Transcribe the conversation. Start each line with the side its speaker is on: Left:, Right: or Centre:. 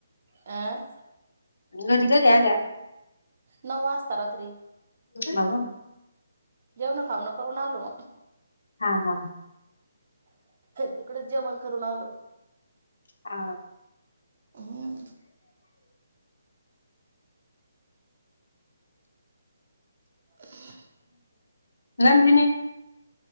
Right: आं
Left: घरी कधी आल्या.
Right: नऊ वाजता रात्री.
Left: बघु
Right: जेवण खाऊण करून आलो.
Left: हा, हा.
Right: तिकडेच जेवण करून आलो.
Left: हा
Right: हम्म. <inaudible>
Left: नंदिनी